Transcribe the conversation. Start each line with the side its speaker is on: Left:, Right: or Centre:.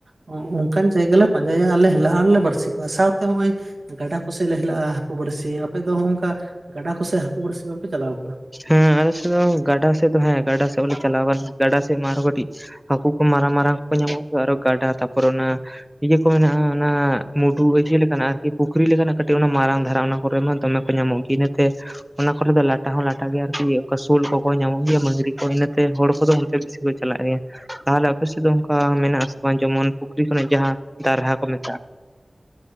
Right: ᱚᱱᱠᱟᱱ ᱡᱟᱭᱜᱟ ᱞᱮ, ᱯᱟᱸᱡᱟᱭᱟ ᱟᱨᱞᱮ ᱦᱮᱞᱟᱜᱼᱟ ᱟᱨᱞᱮ ᱵᱟᱹᱲᱥᱤ ᱠᱚᱣᱟ ᱾ ᱥᱟᱶᱛᱮ ᱱᱚᱼᱚᱭ ᱜᱟᱰᱟ ᱠᱚ ᱠᱚᱥᱮᱫ ᱞᱮ ᱦᱮᱞᱟᱜᱼᱟ ᱦᱟᱹᱠᱩ ᱵᱟᱹᱲᱥᱤ᱾ ᱟᱯᱮ ᱫᱚ ᱱᱚᱜ ᱱᱚᱝᱠᱟ ᱜᱟᱰᱟ ᱠᱚᱥᱮ ᱦᱟᱹᱠᱩ ᱵᱟᱹᱲᱥᱤ ᱵᱟᱝᱯᱮ ᱪᱟᱞᱟᱣ ᱟᱠᱟᱱᱟ?
Centre: ᱦᱮᱸ ᱟᱞᱮ ᱥᱮᱫ ᱫᱚ ᱜᱟᱰᱟ ᱥᱮᱫ ᱫᱚ ᱦᱮᱸ ᱜᱟᱰᱟ ᱥᱮᱫ ᱵᱚᱞᱮ ᱪᱟᱞᱟᱣ ᱟᱠᱟᱱᱟ ᱜᱟᱰᱟ ᱥᱮᱫ ᱢᱟ ᱟᱨᱚ ᱠᱟᱹᱴᱤᱡ ᱦᱟᱹᱠᱩ ᱠᱚ ᱢᱟᱨᱟᱝ-ᱢᱟᱨᱟᱝ ᱠᱚ ᱧᱟᱢᱚᱜᱼᱟ, ᱟᱨᱚ ᱜᱟᱰᱟ ᱛᱟᱨᱯᱚᱨ ᱚᱱᱟ ᱤᱭᱟᱹ ᱠᱚ ᱢᱮᱱᱟᱜᱼᱟ ᱚᱱᱟ ᱢᱩᱰᱩ ᱤᱭᱟᱹ ᱞᱮᱠᱟᱱᱟᱜ ᱟᱨᱠᱤ ᱯᱩᱠᱷᱨᱤ ᱞᱮᱠᱟᱱᱟᱜ ᱠᱟᱹᱴᱤᱡ ᱚᱱᱟ ᱢᱟᱨᱟᱝ ᱫᱷᱟᱨᱟ ᱚᱱᱟ ᱠᱚᱨᱮ ᱢᱟ ᱫᱚᱢᱮ ᱠᱚ ᱧᱟᱢᱚᱜ ᱜᱮᱭᱟ᱾ ᱤᱱᱟᱹᱛᱮ ᱚᱱᱟ ᱠᱚᱨᱮ ᱫᱚ ᱞᱟᱴ... ᱛᱟᱹᱦᱩᱸ ᱞᱟᱴᱟ ᱜᱮᱭᱟ ᱟᱨᱠᱤ ᱚᱱᱠᱟ ᱥᱳᱞ ᱠᱚᱠᱚ ᱧᱟᱢᱚᱜ ᱜᱮᱭᱟ ᱢᱟᱹᱜᱽᱨᱤ ᱠᱚ ᱤᱱᱟᱹᱛᱮ ᱦᱚᱲ ᱠᱚᱫᱚ ᱚᱱᱛᱮ ᱵᱤᱥᱤ ᱠᱚ ᱪᱟᱞᱟᱜ ᱜᱮᱭᱟ᱾ ᱟᱨ ᱟᱯᱮ ᱥᱮᱫ ᱫᱚ ᱚᱱᱠᱟ ᱢᱮᱱᱟᱜ ᱟᱥᱮ ᱵᱟᱝ ᱡᱮᱢᱚᱱ ᱯᱩᱠᱷᱨᱤ ᱠᱷᱚᱱᱟᱜ ᱡᱟᱦᱟᱸ ᱫᱟᱨᱦᱟ ᱠᱚ ᱢᱮᱛᱟᱜᱼᱟ ᱾